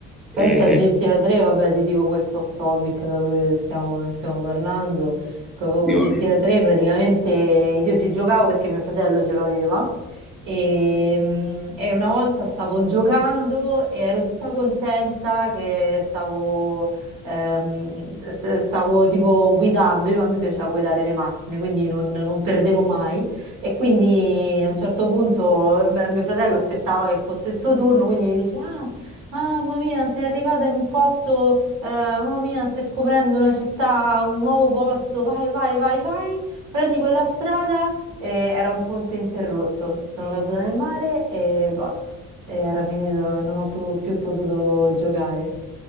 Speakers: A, in the centre; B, on the right.
A: eh,
B: Pensa a GTA 3, vabbè, ti dico questo off topic da dove stiamo, stiamo parlando. Con
A: tutti quanti.
B: GTA 3 praticamente io ci giocavo perché mio fratello ce l'aveva e, mm, e una volta stavo giocando e ero tutta contenta che stavo, ehm, s- stavo tipo guidando. Io, a me piaceva guidare le macchine, quindi non, non perdevo mai. E quindi a un certo punto beh, mio fratello aspettava che fosse il suo turno, quindi mi dice: Ah, Mamma mia, sei arrivata in un posto, eh, mamma mia, stai scoprendo una città, un nuovo posto, vai, vai, vai, vai, prendi quella strada e era un ponte interrotto. Sono caduta nel mare e basta. E era finito, non ho più, più potuto giocare.